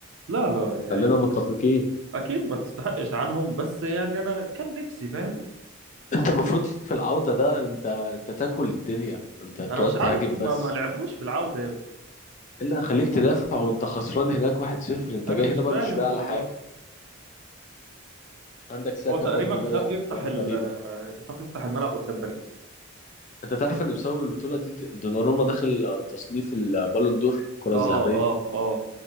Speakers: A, on the right (about 65°); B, on the left (about 35°).
A: لا لا
B: خلينا متفقين
A: اكيد ما تستحقش عنهم بس يعني انا كان نفسي فاهم
B: انت المفروض في العوده ده انت انت تاكل الدنيا انت تقعد
A: انا مش
B: تهاجم
A: عارف ما,
B: بس
A: ما لعبوش في العودة يا ابني.
B: الا خليك تدافع وانت خسران هناك 1-0 انت
A: انا
B: جاي
A: مش
B: هنا
A: فاهم
B: بقى مش بقى
A: والله
B: على حاجه عندك ساكا
A: هو تقريبا
B: برضو ضيع
A: خاف يفتح
B: اجوان
A: ال
B: غريبه
A: خاف يفتح الملعب قدام باريس
B: انت تعرف ان بسبب البطوله دي دوناروما داخل تصنيف البالون دور الكره الذهبيه
A: اه اه اه